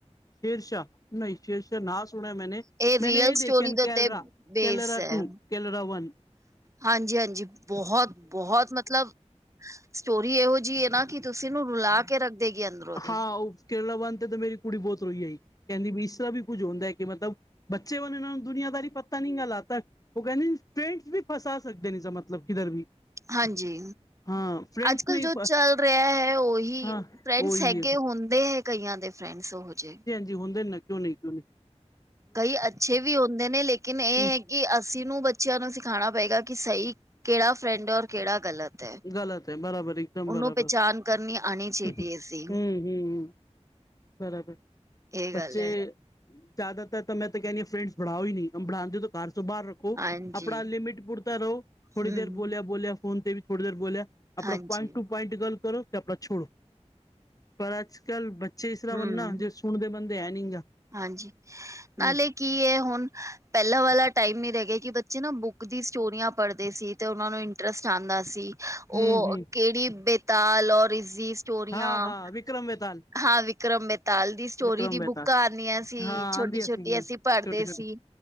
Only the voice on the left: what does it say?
ਸ਼ੇਰ ਸ਼ਾਹ ਨਈਂ ਸ਼ੇਰ ਸ਼ਾਹ ਨਾ ਸੁਨੇਆ ਮੈਨੇ
ਮੈਨੇ ਏ ਦੇਖੇਆ
ਕੈਲਰਾ-ਕੈਲਰਾ
ਟੂ। ਕੇਲਰਾ ਵਨ।
ਹਾਂ ਉਹ ਕੇਰਲਾ ਵਨ ਤੇ ਤੇ ਮੇਰੀ ਕੁੜੀ ਬੋਤ ਰੋਈ ਹੋਈ ਕੈਂਦੀ ਵੀ ਇਸ ਤਰਾਂ ਵੀ ਕੁੱਝ ਹੁੰਦਾ ਐ ਕਿ ਮਤਲਬ ਬੱਚੇ ਵਨ ਏਨਾਂ ਨੂੰ ਦੁਨੀਆਂਦਾਰੀ ਪਤਾ ਨੀ ਨਾ ਲਗਦਾ ਓ ਕੈਂਦੇ ਨੀ ਫਰੈਂਡਸ ਵੀ ਫਸਾ ਸਕਦੇ ਨੇ ਮਤਲਬ ਕਿਦਰ ਵੀ।
ਹਾਂ ਫਰੈਂਡਸ
ਨਹੀਂ
ਹਾਂ
ਉਹੀ
ਹੈ
ਜੇ ਹੁੰਦੇ ਨਾ ਕਿਉਂ ਨੀ ਕਿਉਂ ਨੀ
ਹ
ਗਲਤ ਹੈ ਬਰਾਬਰ ਇੱਕਦਮ
ਬਰਾਬਰ
ਹਮ
ਹਮ ਹਮ ਬਰਾਬਰ
ਬੱਚੇ
ਜ਼ਿਆਦਾਤਰ ਮੈਂ ਤਾਂ ਕੈਨੀ ਆ ਫਰੈਂਡਸ ਬਨਾਓ ਈ ਨੀ ਹਾਂ ਬਨੋਦੇ ਘਰ ਤੋਂ ਬਾਰ ਰੋ
ਆਪਨਾ ਲਿਮਿਟ ਪੂਰਤਾ ਰਓ ਥੋੜੀ
ਦੇਰ ਬੋਲੇਆ ਬੋਲੇਆ ਫੋਨ ਤੇ ਵੀ ਥੋੜੀ ਦੇਰ ਬੋਲੇਆ। ਆਪਨਾ
ਪਇਟ ਟੂ ਪਇੰਟ ਗੱਲ ਕਰੋ ਕਿ ਤੇ ਆਪਨਾ ਛੋੜੋ ਪਰ ਅੱਜ-ਕੱਲ ਜੇ ਇਸ ਤਰਾ
ਬਨਨਾ ਜੇ ਸੁਨਦੇ ਬੰਦੇ ਹੈ ਨੀ।
ਹੂੰ
ਹੂੰ ਹੂੰ
ਹਾਂ ਹਾਂ ਵਿਕਰਮ ਬੇਤਾਲ
ਵਿਕਰਮ
ਬੇਤਾਲ
ਹਾਂ
ਆਂਦੀ
ਆ ਸੀ ਛੋਟੇ
ਛੋਟੇ